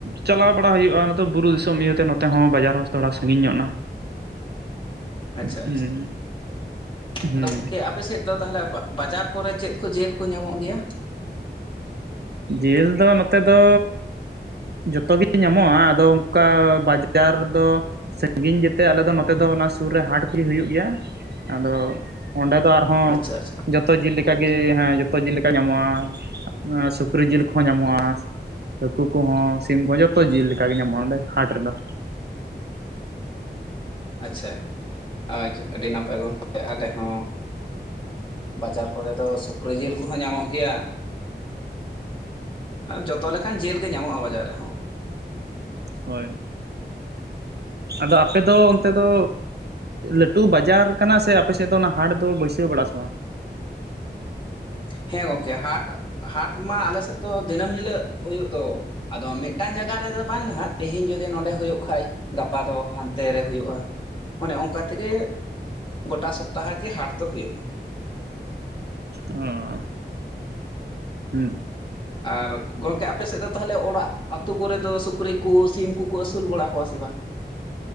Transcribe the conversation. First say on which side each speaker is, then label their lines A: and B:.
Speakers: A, on the right; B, on the left.
A: ᱪᱟᱞᱟᱣ ᱵᱟᱲᱟ ᱦᱩᱭᱩᱜᱼᱟ ᱱᱚᱛᱮ ᱵᱩᱨᱩ ᱫᱤᱥᱚᱢ ᱤᱭᱟᱹᱛᱮ ᱱᱚᱛᱮ ᱦᱚᱸ ᱵᱟᱡᱟᱨ ᱦᱚᱸ ᱛᱷᱚᱲᱟ ᱥᱟᱺᱜᱤᱧ ᱧᱚᱜ ᱱᱟ᱾
B: ᱟᱪ-ᱪᱷᱟ
A: ᱦᱩᱸ
B: ᱟᱪᱪᱷᱟ
A: ᱦᱩᱸ
B: ᱟᱫᱚ ᱜᱚᱝᱠᱮ ᱟᱯᱮ ᱥᱮᱫ᱾ ᱫᱚ ᱛᱟᱦᱞᱮ ᱵᱟ ᱵᱟᱡᱟᱨ ᱠᱚᱨᱮ ᱪᱮᱫ ᱠᱚ ᱡᱮᱞ ᱠᱚ ᱧᱟᱢᱚᱜ ᱜᱮᱭᱟ?
A: ᱡᱮᱞ ᱫᱚ ᱱᱚᱛᱮ ᱫᱚ᱾ ᱡᱷᱚᱛᱚ ᱜᱤ ᱧᱟᱢᱚᱜ-ᱟ ᱟᱫᱚ ᱚᱱᱠᱟ ᱵᱟᱡᱟᱨ ᱨᱮᱫᱚ᱾ ᱥᱟᱺᱜᱤᱧ ᱜᱮᱛᱮ ᱟᱞᱮ ᱫᱚ ᱱᱚᱛᱮ ᱫᱚ ᱚᱱᱟ ᱥᱩᱨ ᱨᱮ ᱦᱟᱴ ᱜᱤ ᱦᱩᱭᱩᱜ ᱜᱮᱭᱟ ᱟᱫᱚ ᱚᱸᱰᱮ ᱫᱚ ᱟᱨ᱾ ᱦᱚᱸ
B: ᱟᱪᱪᱷᱟ ᱟᱪᱪᱷᱟ
A: ᱡᱚᱛᱚ ᱡᱤᱞ ᱞᱮᱠᱟ ᱜᱤ ᱦᱮᱸ ᱡᱚᱛᱚ ᱡᱤᱞ ᱞᱮᱠᱟ ᱧᱟᱢᱚᱜ-ᱟ ᱥᱩ ᱥᱩᱠᱨᱤ ᱡᱤᱞ ᱠᱚᱦᱚᱸ ᱧᱟᱢᱚᱜᱼᱟ᱾ ᱦᱟᱹᱠᱩ ᱠᱚᱦᱚᱸ ᱥᱤᱢ ᱠᱚᱦᱚᱸ ᱡᱷᱚᱛᱚ ᱡᱤᱞ ᱞᱮᱠᱟ ᱜᱤ ᱧᱟᱢᱚᱜᱼᱟ ᱚᱸᱰᱮ ᱦᱟᱴ ᱨᱮᱫᱚ᱾
B: ᱟᱪᱪᱷᱟ ᱟᱪᱷᱟ ᱟᱹᱰᱤ ᱱᱟᱯᱟᱭ ᱜᱚᱝᱠᱮ ᱟᱞᱮ ᱦᱚᱸ᱾ ᱵᱟᱡᱟᱨ ᱠᱚᱨᱮ ᱫᱚ ᱥᱩᱠᱨᱤ ᱡᱤᱞ ᱠᱩᱦᱚᱸ ᱧᱟᱢᱚᱜ ᱜᱮᱭᱟ᱾ ᱡᱷᱚᱛᱚ ᱞᱮᱠᱟᱱ ᱡᱮᱞ ᱜᱮ ᱧᱟᱢᱚᱜ-ᱟ ᱵᱟᱡᱟᱨ ᱨᱮᱦᱚᱸ᱾
A: ᱦᱳᱭ ᱟᱫᱚ ᱟᱯᱮ ᱫᱚ ᱚᱱᱛᱮ ᱫᱚ᱾ ᱞᱟᱹᱴᱩ ᱵᱟᱡᱟᱨ ᱠᱟᱱᱟ ᱥᱮ ᱟᱯᱮ ᱥᱮᱫ ᱫᱚ ᱚᱱᱟ ᱦᱟᱴ ᱫᱚ ᱵᱟᱹᱭᱥᱟᱹᱣ ᱵᱟᱲᱟᱜ-ᱟ ᱥᱮ ᱵᱟᱝ?
B: ᱦᱮᱸ ᱜᱚᱝᱠᱮ ᱦᱟᱴ ᱦᱟᱴ ᱢᱟ ᱟᱞᱮ ᱥᱮᱫ ᱫᱚ ᱫᱤᱱᱟᱹᱢ ᱦᱤᱞᱟᱹᱜ ᱦᱳᱭᱳᱜ ᱫᱚ᱾ ᱟᱫᱚ ᱢᱮᱜᱴᱟᱝ ᱡᱟᱜᱟ ᱨᱮᱫᱚ ᱵᱟᱝ ᱱᱷᱟᱜ ᱛᱮᱦᱮᱧ ᱡᱚᱫᱤ ᱱᱚᱸᱰᱮ ᱦᱩᱭᱩᱜ ᱠᱷᱟᱡ᱾ ᱜᱟᱯᱟ ᱫᱚ ᱦᱟᱱᱛᱮ ᱨᱮ ᱦᱳᱭᱳᱜᱼᱟ ᱚᱱᱮ ᱚᱱᱠᱟ ᱛᱮᱜᱮ᱾ ᱜᱚᱴᱟ ᱥᱚᱯᱛᱟᱦᱚ ᱜᱮ ᱦᱟᱴ ᱫᱚ ᱦᱳᱭᱳᱜ-ᱟ᱾
A: ᱚ ᱦᱩᱸ᱾
B: ᱟᱨ ᱜᱚᱝᱠᱮ ᱟᱯᱮ ᱥᱮᱫ ᱫᱚ ᱛᱟᱦᱞᱮ ᱚᱲᱟᱜ ᱟᱛᱩ ᱠᱚᱨᱮ ᱫᱚ ᱥᱩᱠᱨᱤ ᱠᱩ ᱥᱤᱢ ᱠᱩᱠᱩ ᱟᱥᱩᱞ ᱵᱟᱲᱟ ᱠᱚᱣᱟ ᱥᱮ ᱵᱟᱝ?